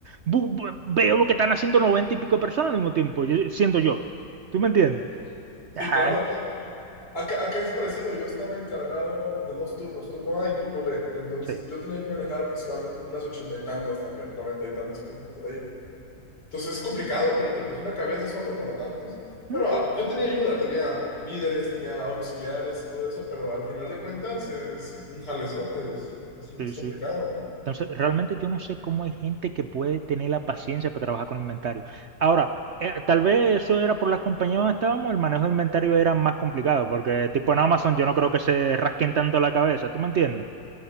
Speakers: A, on the right; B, on the left.
A: bu- bu- veo lo que están haciendo noventa y pico de personas al mismo tiempo, yo- siendo yo? ¿Tú me entiendes?
B: sí, no, no. Sí,
A: Ajá,
B: claro. Acá, acá es parecido, yo estaba encargado de dos turnos, turno A y turno B, entonces
A: sí.
B: yo tenía que manejar aproximadamente como unas ochenta y tantas también, noventa y tantas personas Entonces es complicado porque pues una cabeza solo para tantos. Bueno,
A: Ujú,
B: a- yo tenía ayuda, tenía líderes, tenía auxiliares y todo eso, pero al final de cuentas es un jalezote, es, es, es
A: Sí,
B: complicado.
A: sí. Entonces, realmente yo no sé cómo hay gente que puede tener la paciencia para trabajar con inventario. Ahora, eh, tal vez eso era por las compañías donde estábamos, el manejo de inventario era más complicado, porque tipo en Amazon yo no creo que se rasquen tanto la cabeza, ¿tú me entiendes?